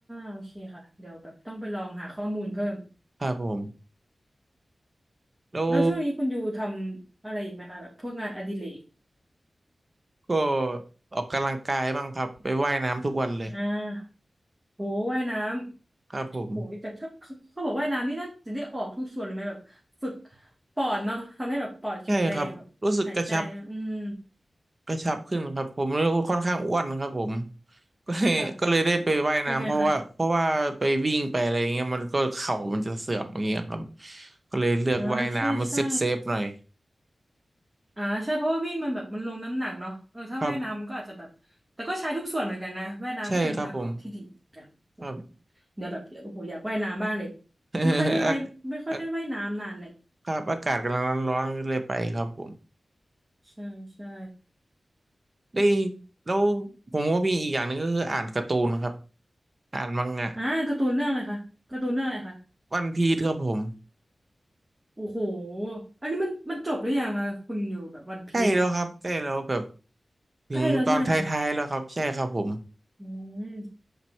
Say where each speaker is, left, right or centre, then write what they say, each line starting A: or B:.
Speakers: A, on the right; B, on the right.
A: โอเคค่ะเดี๋ยวแบบต้องไปลองหาข้อมูลเพิ่ม
B: ครับผมแล้ว
A: แล้วช่วงนี้คุณยูทำอะไรอีกไหมคะแบบพวกงานอดิเรก
B: ก็ออกกำลังกายบ้างครับไปว่ายน้ำทุกวันเลย
A: อ่าโหว่ายน้ำโหแต่ถ้าเขาเขาบอกว่ายน้ำนี่น่าจะได้ออกทุกส่วนเลยไหมแบบฝึก
B: ครับผม
A: ปอดเนาะทำให้แบบปอดแข็งแรงแบบหายใจอืม
B: ใช่ครับรู้สึกกระชับ กระชับขึ้นครับผมค่อนข้างอ้วนครับผมก็เลยก็เลยได้ไปว่ายน้ำเพราะว่าเพราะว่าไปวิ่งไปอะไรอย่างเงี้ยมันก็เข่ามันจะเสื่อมอย่างเงี้ยครับ
A: ค่ะเป็นไงคะ
B: ก็เลยเลือกว่ายน้ำมันเซฟเซฟหน่อย
A: อ่าใช่ใช่ อ่าใช่เพราะว่าวิ่งมันแบบมันลงน้ำหนักเนาะเออถ้าว่ายน้ำมันก็อาจจะแบบแต่ก็ใช้ทุกส่วนเหมือนกันนะว่ายน้ำก็เป็นทางออกที่ดีเหมือนกันโอโห
B: ครับใช่ครับผมครับ
A: เดี๋ยวแบบโอ้โหอยากว่ายน้ำบ้างเลย
B: <laughs>
A: ไม่ค่อยได้ว่ายไม่ค่อยได้ว่ายน้ำนานแหละ
B: อาอาครับอากาศกำลังร้อนๆก็เลยไปครับผม
A: ใช่ใช่
B: ได้ยแล้วผมก็มีอีกอย่างหนึ่งก็คืออ่านการ์ตูนครับอ่านมังงะ
A: อ่าการ์ตูนเรื่องอะไรคะการ์ตูนเรื่องอะไรคะ
B: วันพีซครับผม
A: โอ้โหอันนี้มันมันจบหรือยังคะคุณอยู่แบบวันพีซเนี่ย
B: ใกล้แล้วครับใกล้แล้วแบบถึงตอนท้ายๆแล้วครับใช่ครับผม
A: ใกล้แล้วใช่ไหมคะอืม